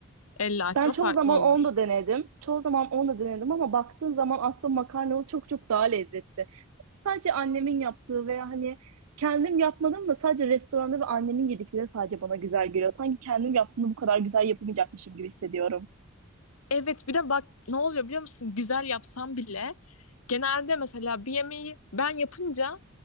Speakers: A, on the left (about 75°); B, on the right (about 80°).
A: Elle açma
B: Ben çoğu
A: farklı
B: zaman
A: olur.
B: onu da denedim. Çoğu zaman onu da denedim ama baktığın zaman aslında makarnalı çok çok daha lezzetli. Sadece annemin yaptığı veya hani kendim yapmadım da sadece restoranda ve annemin yedikleri sadece bana güzel geliyor. Sanki kendim yaptığımda bu kadar güzel yapamayacakmışım gibi hissediyorum.
A: Evet bir de bak ne oluyor biliyor musun? Güzel yapsam bile genelde mesela bir yemeği ben yapınca